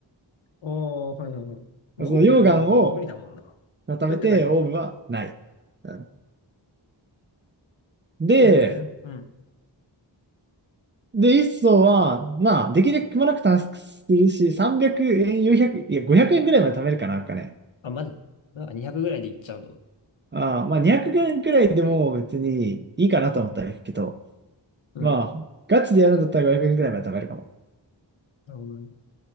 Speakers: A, on the left (about 75°); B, on the right (about 25°).
A: おー、はいはいはい。オーブ、
B: その溶岩を
A: 無理だもんな。ど
B: 固めてオーブはない。
A: うやって変えるの
B: うん、で、
A: オーブ変えるのうん。
B: で、一層は、まあ、できるだけくまなく探索するし、300円、400、いや、500円ぐらいまで貯めるかな、なんかね。
A: あ、まず。あ200ぐらいでいっちゃうんだもん。
B: ああ、まあ200円くえんくらいでも別にいいかなと思ったらいいけど、
A: うん。
B: まあ、ガチでやるんだったら500円くえんくらいまで貯めるかも。
A: なるほどね。